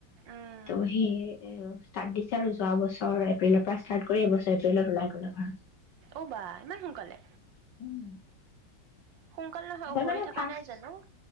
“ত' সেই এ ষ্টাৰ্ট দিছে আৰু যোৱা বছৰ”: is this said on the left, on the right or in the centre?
Left